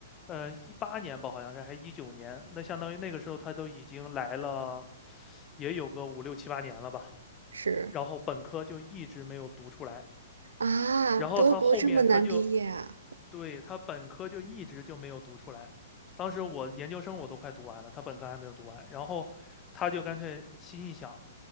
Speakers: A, on the left; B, on the right.
A: 呃，一八年吧，好像是，还一九年，那相当于那个时候他都已经来了，也有个五六七八年了吧。
B: 是
A: 然后本科就一直没有读出来，
B: 啊，
A: 然后他后面他就，
B: 德国这么难毕业啊？
A: 对，他本科就一直就没有读出来。当时我研究生我都快读完了，他本科还没有读完。然后他就干脆心一想，